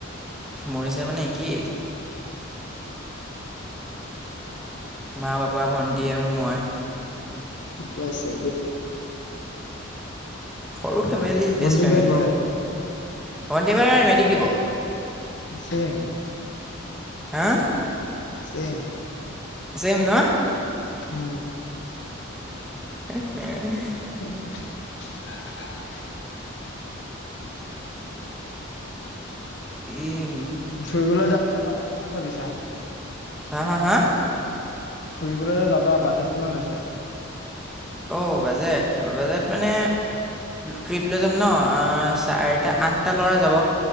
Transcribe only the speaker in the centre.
মোৰ নিচিনা মানে একে মা পাপা ভণ্টি আৰু মই
সৰু ফেমিলি
বেষ্ট ফেমিলি
ভন্টি এইবাৰ মেট্ৰিক দিব
হা
চেম ন
<unintelligible>
এই
হা হা হা
অ বাজেট, বাজেট মানে ট্ৰিপ লৈ যাম ন চাৰিটা আঠটা ল'ৰা যাব।